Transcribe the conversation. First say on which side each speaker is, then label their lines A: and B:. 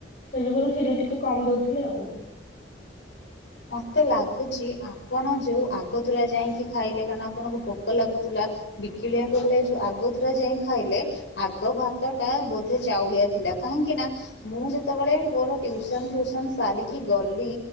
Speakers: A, on the left; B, on the left.
A: ସେଇ ଯୋଗୁରୁ କ୍ଷୀରି ଟିକେ କମ ଦଉଥିଲେ ଆଉ।
B: ମତେ ଲାଗୁଚି ଆପଣ ଯୋଉ ଆଗତୁରା ଯାଇକି ଖାଇଲେ କାରଣ ଆପଣଙ୍କୁ ଭୋକ ଲାଗୁଥିଲା ବିକିଳିଆଙ୍କ ଭଳିଆ ଯୋଉ ଆଗ ଭାତା ଯାଇ ଖାଇଲେ ଆଗ ଭାତଟା ବୋଧେ ଚାଉଳିଆ ଥିଲା କାହିଁକି ନା ମୁଁ ଯେତେବେଳେ ମୋର ଟ୍ୟୁସନ ଫ୍ୟୁସନ ସାରିକି ଗଲି